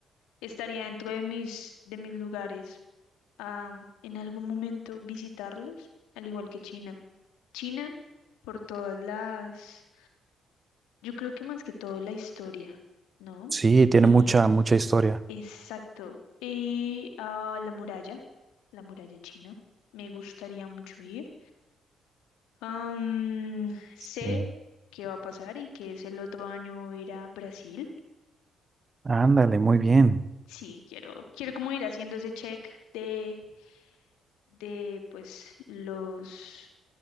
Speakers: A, on the left (about 65°); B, on the right (about 30°).
A: estaría dentro de mis, de mis lugares a en algún momento visitarlos, al igual que China. China, por todas las, yo creo que más que todo la historia, ¿no?
B: Sí, tiene
A: Ir,
B: mucha, mucha historia.
A: exacto, y a la muralla, la muralla china, me gustaría mucho ir. Am, sé
B: Sí.
A: qué va a pasar y que es el otro año ir a Brasil.
B: Ándale, muy bien.
A: Sí, quiero, quiero como ir haciendo ese check de, de pues los